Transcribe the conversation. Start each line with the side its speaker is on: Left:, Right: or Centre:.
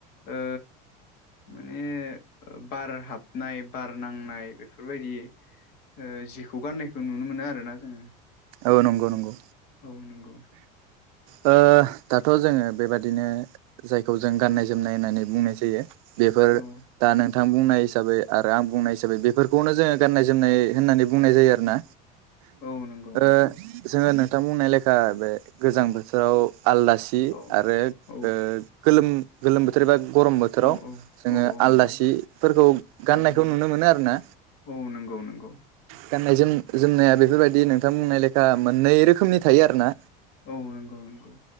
Left: ओ माने बार हाबनाय बार नांनाय बेफोरबायदि ओ जिखौ गाननायखौ नुनो मोनो आरो ना जोङो
Right: औ नंगौ नंगौ।
Left: औ नंगौ।
Right: ओ दाथ' जोङो बेबादिनो जायखौ जों गाननाय जोमनाय होननानै बुंनाय जायो। बेफोर
Left: औ
Right: दा नों नोंथां बुंनाय हिसाबै आरो आं बुंनाय हिसाबै बेफोरखौनो जोङो गाननाय जोमनाय होननानै बुंनाय जायो आरोना
Left: औ नंगौ नंगौ।
Right: ओ जोङो नोंथां बुंनाय लेखा बे गोजां बोथोराव आलादा सि
Left: औ
Right: आरो
Left: औ
Right: ओ गोलोम गोलोम बोथोर बा गरम बोथोराव
Left: औ औ
Right: जोङो
Left: औ औ
Right: आलदासिफोरखौ
Left: नंगौ
Right: गाननायखौ
Left: औ औ
Right: नुनो मोनो आरोना
Left: औ नंगौ नंगौ।
Right: गाननाय जोम जोमनाया बेफोरबायदि नोंथां बुंनाय लेखा मोननै रोखोमनि थायो आरो ना
Left: औ नंगौ नंगौ।